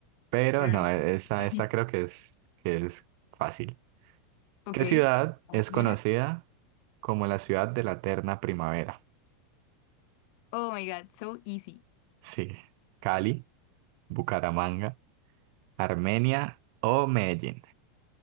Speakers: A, on the right; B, on the left.
A: Pero
B: pero
A: no,
B: no.
A: e- esta,
B: <laughs>
A: esta creo que es, que es fácil.
B: Ok,
A: ¿Qué ciudad
B: a
A: es
B: ver, dímela.
A: conocida como la ciudad de la eterna primavera?
B: Oh my God, so easy.
A: Sí. Cali, Bucaramanga. Armenia o Medellín.